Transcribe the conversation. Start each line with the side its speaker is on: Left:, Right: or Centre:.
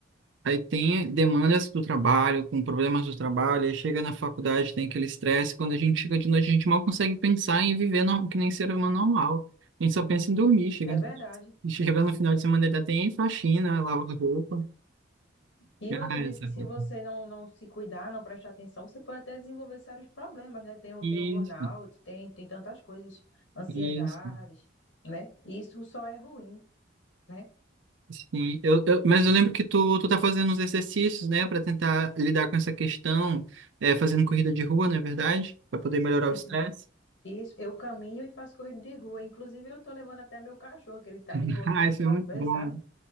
Right: Aí tem demandas do trabalho, com problemas do trabalho, aí chega na faculdade, tem aquele estresse. Quando a gente chega de noite, a gente mal consegue pensar em viver no, que nem ser humano normal. A gente só pensa em dormir. Chega
Left: É
Right: no,
Left: verdade.
Right: chega no final de semana, ainda tem faxina, lavar roupa.
Left: E eu acredito
Right: Ah, essa
Left: que se
Right: coisa.
Left: você não, não se cuidar, não prestar atenção, você pode até desenvolver sérios problemas, né? Tem, o-
Right: Isso,
Left: tem o burnout, tem, tem tantas coisas, ansiedades,
Right: isso.
Left: né? E Isso só é ruim, né?
Right: Sim. Eu, eu, mas eu lembro que tu, tu tá fazendo uns exercícios, né, para tentar lidar com essa questão, é, fazendo corrida de rua, não é verdade? Para poder melhorar o
Left: Isso,
Right: estresse.
Left: isso, eu caminho e faço corrida de rua. Inclusive, eu tô levando até meu cachorro, que ele tá
Right: <laughs>
Left: bem gordinho
Right: Ah, isso
Left: acima
Right: é muito
Left: do peso,
Right: bom.
Left: sabe?